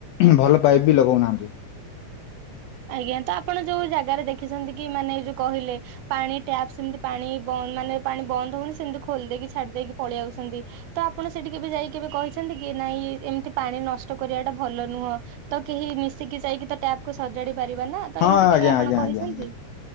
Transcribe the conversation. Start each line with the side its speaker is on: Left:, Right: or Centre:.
Left: ଭଲ ପାଇପ୍ ବି ଲଗଉନାହାନ୍ତି।
Right: ଆଜ୍ଞା, ତ ଆପଣ ଯୋଉ ଜାଗାରେ ଦେଖିଚନ୍ତି କି, ମାନେ ଯୋଉ କହିଲେ ପାଣି ଟ୍ୟାପ ସେମିତି ପାଣି ବନ୍ଦ ମାନେ ପାଣି ବନ୍ଦ ହଉନି, ସେମିତି ଖୋଲି ଦେଇକି, ଛାଡି ଦେଇକି, ପଳେଇ ଆଉଚନ୍ତି। ତ ଆପଣ ସେଠିକି କେବେ ଯାଇକ କେବେ କହିଚନ୍ତିକି ନାଇଁ ଏମିତି ପାଣି ନଷ୍ଟ କରିବାଟା ଭଲ ନୁହଁ। ତ କେହି ମିଶିକି ଯାଇକିତ ଟ୍ୟାପକୁ ସ ସଜାଡ଼ି ପାରିବାନା ତଏମିତି
Left: ହଁ
Right: କେବେ
Left: ଆଜ୍ଞା
Right: ଆପଣ
Left: ଆଜ୍ଞା
Right: କହିଚନ୍ତି
Left: ଆଜ୍ଞା